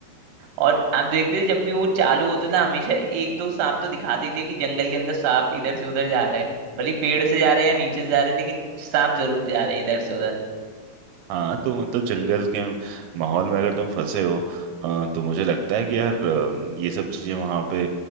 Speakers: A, on the right; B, on the right.
A: और आप देखते थे जब भी वो चालू होता था हमेशा एक दो सांप तो दिखाते ही थे कि जंगल के अंदर सांप इधर से उधर जा रहा है भले ही पेड़ से जा रहे हैं या नीचे से जा रहे हैं लेकिन सांप जरूर जा रहे हैं इधर से उधर
B: हाँ तो मतलब जंगल के माहौल में अगर तुम फंसे हो अ, तो मुझे लगता है कि यार अ, ये सब चीजें वहाँ पे